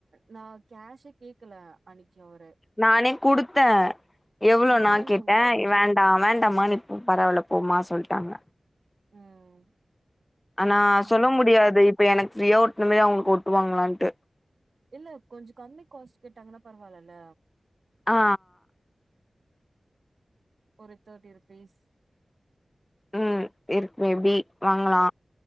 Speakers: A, on the right; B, on the left.
A: நா கேஷே கேக்கல அன்னைக்கு அவரு
B: நானே குடுத்தே எவ்ளோணா
A: வேணான்னு
B: கேட்டே
A: சொல்ட்டாரு
B: வேண் டாமா வேண்டாமா நீ இப்ப பரவால போமா சொல்ட்டாங்க
A: ம்
B: ஆனா
A: எனக்கு தெரிஞ்சு
B: சொல்ல முடியாது இப்ப எனக்கு ஃப்ரீயா ஒட்ன மேதி அவங்ளுக்கு ஓட்டுவாங்களான்ட்டு
A: இல்ல கொஞ்சோ கம்மி காஸ்ட் கேட்டாங்கன்னா பரவாலல
B: ஆ ஆ
A: ஒரு தேட்டி ரூபிஸ்
B: ம் இருக்கு எப்டி வாங்கலா